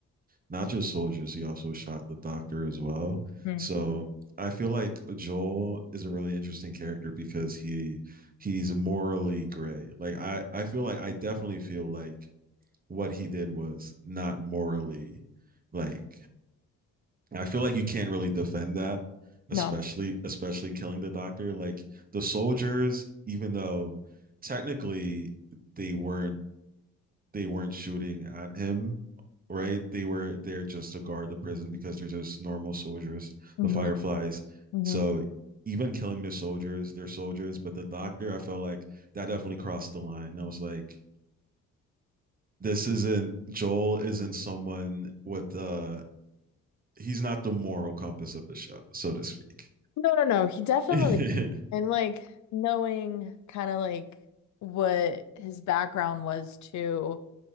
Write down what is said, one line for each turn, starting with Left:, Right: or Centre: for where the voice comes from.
Right: not just soldiers, he also shot the doctor as well.
Left: Hmm.
Right: So I feel like Joel is a really interesting character because he he's morally gray. Like I I feel like I definitely feel like what he did was not morally like I feel like you can't really defend that, especially
Left: No.
Right: especially killing the doctor. Like the soldiers, even though technically they weren't they weren't shooting at him, right? They were there just to guard the prison because they're just normal soldiers,
Left: hmm
Right: the fireflies.
Left: hmm
Right: So even killing the soldiers, they're soldiers, but the doctor, I felt like that definitely crossed the line. I was like, this isn't Joel isn't someone with uh he's not the moral compass of the show, so to speak.
Left: No, no, no. He definitely
Right: <laughs> yeah,
Left: and like knowing kind of like what his background was too